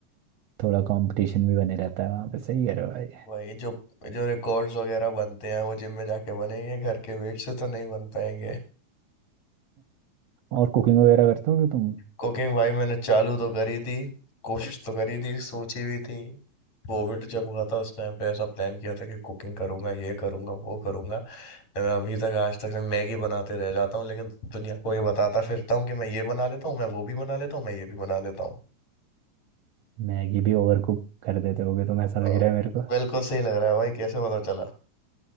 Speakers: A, on the right; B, on the left.
A: थोड़ा कंपटीशन भी बने रहता है वहाँ पे सही कह रहे हो भाई
B: वही जो जो रिकॉर्ड्स वगैरह बनते हैं वो जिम में जाके बनेंगे घर के वेट से तो नहीं बन पाएंगे
A: और कुकिंग वगैरह करते होगे तुम
B: कुकिंग भाई मैंने चालू तो करी थी कोशिश तो करी थी सोची भी थी कोविड जब हुआ था उस टाइम पे ऐसा प्लान किया था कि कुकिंग करूंगा ये करूंगा वो करूंगा मैं अभी तक आज तक मैं मैगी बनाते रह जाता हूँ लेकिन दुनिया को ये बताता फिरता हूँ कि मैं ये बना लेता हूँ मैं वो भी बना लेता हूँ मैं ये भी बना लेता हूँ
A: मैगी भी ओवर कुक कर देते होगे तुम ऐसा
B: तो
A: लग रहा है मेरे को
B: बिल्कुल सही लग रहा है भाई कैसे पता चला